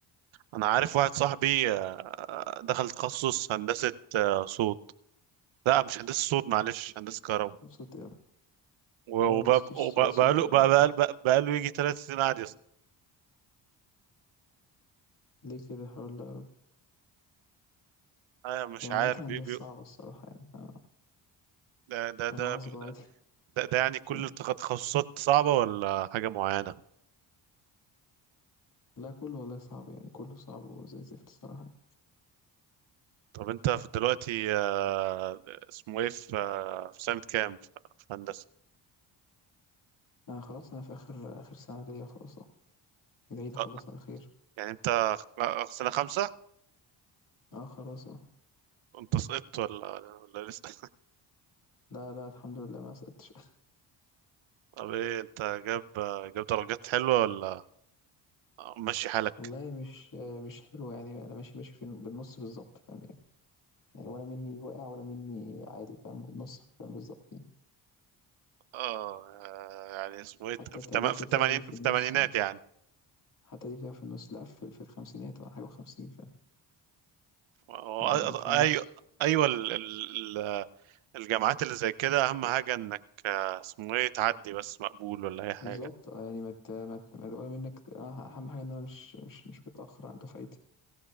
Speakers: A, on the right; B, on the left.
A: انا عارف واحد صاحبي آه، دخل تخصص هندسة آه، صوت لا مش هندسة صوت معلش هندسة كهرباء
B: وصلت
A: وبقاله
B: أيوة بس مفيش سوء صوت
A: بقاله
B: أيوة
A: بقاله
B: لا.
A: بقاله يجي ثلاث سنين قاعد يصل
B: ليه كده حول الله يا رب
A: انا مش
B: هي عامة
A: عارف
B: هندسة
A: بي بي
B: صعبة الصراحة يعني ف...
A: ده ده
B: فأنا
A: ده
B: عذره عادي
A: ده, ده يعني
B: <laughs>
A: كل
B: فاهم؟
A: التخ- التخصصات صعبة ولا حاجة معينة
B: لا كله والله صعب يعني كله صعب وزي الزفت الصراحة يعني.
A: طب انت في دلوقتي آه، اسمه ايه في آه، في سنة كام في في هندسة
B: أنا خلاص أنا في آخر آخر سنة ليا خلاص أهو العيد أخلص
A: آه،
B: على خير
A: يعني انت خ- آه، سنة خمسة
B: أه خلاص أهو
A: انت سقطت ولا ولا لسه
B: لا لا الحمد لله ما سقطتش <laughs>
A: <laughs> طب ايه انت جاب جاب درجات حلوة ولا ماشي حالك
B: والله مش مش حلو يعني أنا ماشي ماشي في الن- بالنص بالظبط فاهم يعني يعني ولا مني واقع ولا مني عادي فاهم بالنص فاهم بالظبط يعني
A: اه يعني اسمه ايه
B: حتى
A: في
B: التقدير
A: التم... في
B: بتاعي
A: التمانين في
B: في
A: التمانينات
B: النص يعني
A: يعني
B: حتى دي فيها في النص لا في, في الخمسينات ولا حاجة وخمسين
A: ايوه
B: يعني في النُص،
A: ايوه ال- ال- ال- الجامعات اللي زي كده اهم حاجة انك آه، اسمه ايه تعدي بس مقبول ولا اي حاجة
B: بالضبط آه، يعني ما ت ما ت ما ولا منّك أنا أهم حاجة إن أنا مش مش مش متأخّر عن دفعتي، أنا